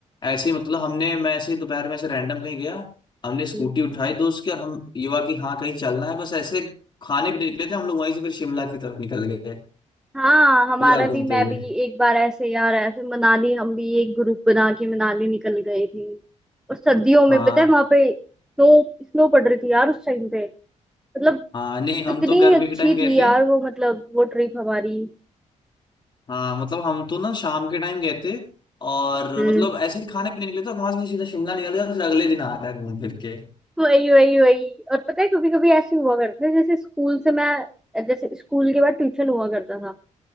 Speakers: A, on the left; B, in the centre.
A: ऐसे ही मतलब हमने मैं ऐसे ही दोपहर में ऐसे रैंडम कहीं गया हमने स्कूटी
B: हम्म।
A: उठाई दोस्त की और हम ये हुआ कि हाँ कहीं चलना है बस ऐसे खाने पीने निकले थे हम लोग वहीं से फिर शिमला की तरफ निकल गए
B: हाँ हमारा
A: पूरा घूमते
B: भी मैं
A: हुए
B: भी एक बार ऐसे यार ऐसे मनाली हम भी एक ग्रुप बना के मनाली निकल गए थे और सर्दियों में
A: हाँ
B: पता है वहां पे स्नो स्नो पड़ रही थी यार उस टाइम पे मतलब
A: हाँ नहीं हम
B: कितनी
A: तो गर्मी
B: अच्छी
A: के टाइम गए
B: थी
A: थे
B: यार वो मतलब वो ट्रिप हमारी
A: हाँ मतलब हम तो ना शाम के टाइम गए थे और
B: हम्म
A: मतलब ऐसे ही खाने पीने निकले थे और वहां से सीधा शिमला निकल गए फिर अगले दिन आ रहे हैं घूम फिर के
B: वही वही वही और पता है कभी कभी ऐसे हुआ करते थे जैसे स्कूल से मैं जैसे स्कूल के बाद ट्यूशन हुआ करता था